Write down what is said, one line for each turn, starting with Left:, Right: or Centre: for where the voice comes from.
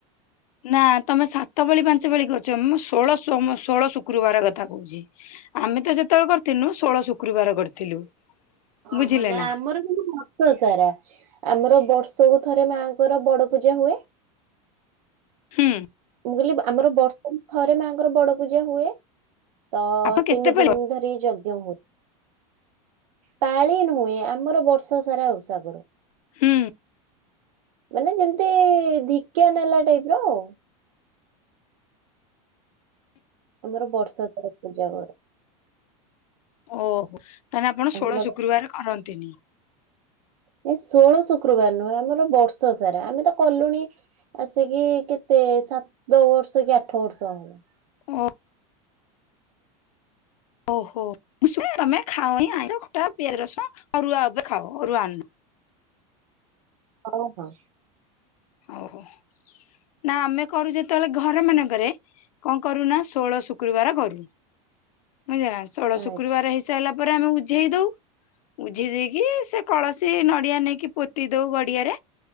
Left: ନା ତମେ ସାତ ପାଳି ପାଞ୍ଚ ପାଳି କରିଚ ମୁଁ ଷୋଳ ସୋମ ଷୋଳ ଶୁକ୍ରୁବାର କଥା କହୁଚି। ଆ ଆମେ ତ ଯେତେବେଳେ କରିଥିଲୁ ଷୋହଳ ଶୁକ୍ରବାର କରିଥିଲୁ। ବୁଝିଲେ
Right: ଓହୋ ନାଇଁ
Left: ନା
Right: ଆମର କିନ୍ତୁ ବର୍ଷ ସାରା ଆମର ବର୍ଷକୁ ଥରେ ମାଆଙ୍କର ବଡ ପୂଜା ହୁଏ।
Left: ହୁଁ।
Right: କହିଲ ଆମର ବର୍ଷକୁ ଥରେ ମାଆଙ୍କର ବଡ ପୂଜା ହୁଏ। ତ
Left: ଆପଣ କେତେ
Right: ତିନି
Left: ପାଳି
Right: ଦିନ ଧରି ଯଜ୍ଞ ହୁଏ। ପାଳି ନୁହେଁ ଆମର ବର୍ଷ ସାରା ଉସା କରୁ।
Left: ହୁଁ।
Right: ମାନେ ଯେମିତି ଧିକଆ ନେଲା ଟାଇପ ର ଆଉ। ଆମର ବର୍ଷା ତର ପୂଜା କରୁ।
Left: ଓହୋ ତାହେଲେ ଆପଣ ଷୋହଳ
Right: ଆମର
Left: ଶୁକ୍ରବାର କରନ୍ତିନି।
Right: ନାହିଁ, ଷୋଳ ଶୁକ୍ରବାର ନୁହେଁ ଆମର ବର୍ଷ ସାରା। ଆମେ ତ କଲୁଣି ଆସିକି କେତେ ସେ ସାତ ବର୍ଷ କି ଆଠ ବର୍ଷ ହବ। <inaudible>
Left: ଓ ଓହୋ ବୁଝ ତମେ ଖାଅି ଆଟା ପିଆଜ ରସ ଅରୁଆ ଉପରେ ଖାଅ ଅରୁଆ ଅନ୍ନ।
Right: ଓ ହୋ।
Left: ଓହୋ ନା ଆମେ କରୁ ଯେତେବେଳେ ଘର ମାନଙ୍କରେ କଣ କରୁନା ଷୋହଳ ଶୁକ୍ରବାର କରୁ। ବୁଝିଲା ନା ଷୋହଳ
Right: ଆଚ୍ଛା
Left: ଶୁକ୍ରବାର ହେଇ ସାରିଲା ପରେ ଆମେ ଉଝେଇ ଦଉ। ଉଝେଇ ଦେଇକି ସେ କଳସୀ ନ ଡିଆ ନେଇକି ପୋତି ଦଉ ଗଡିଆରେ।